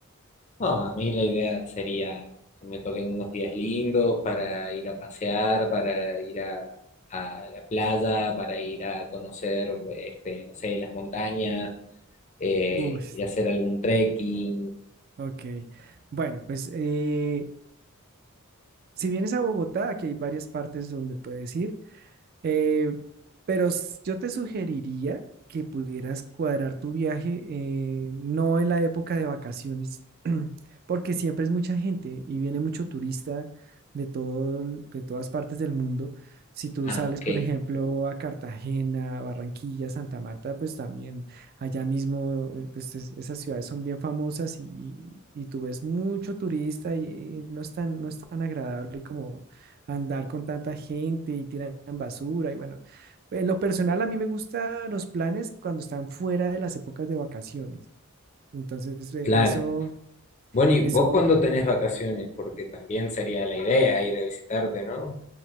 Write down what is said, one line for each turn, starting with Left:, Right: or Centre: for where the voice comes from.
Left: No, a mí la idea sería que me toquen unos días lindos para ir a pasear, para ir a, a la playa, para ir a conocer, este, no sé, las montañas. eh,
Right: Uy,
Left: ir a hacer algún trekking.
Right: ok. Bueno, pues eh, si vienes a Bogotá, aquí hay varias partes donde puedes ir. Eh, pero s- yo te sugeriría que pudieras cuadrar tu viaje, eh, no en la época de vacaciones, <clears throat> porque siempre es mucha gente y viene mucho turista de todo, el- de todas partes del mundo. Si tú
Left: Ah,
Right: sales,
Left: ok,
Right: por ejemplo, a Cartagena, Barranquilla, Santa Marta, pues también allá mismo, eh, pues es- esas ciudades son bien famosas y, y- y tú ves mucho turista y, eh, no es tan, no es tan agradable andar con tanta gente y tiran basura y bueno, en lo personal a mí me gustan los planes cuando están fuera de las épocas de vacaciones. Entonces, eh,
Left: claro.
Right: eso,
Left: Bueno, ¿y
Right: eso,
Left: vos cuándo tenés vacaciones? Porque también sería la idea ir a visitarte, ¿no?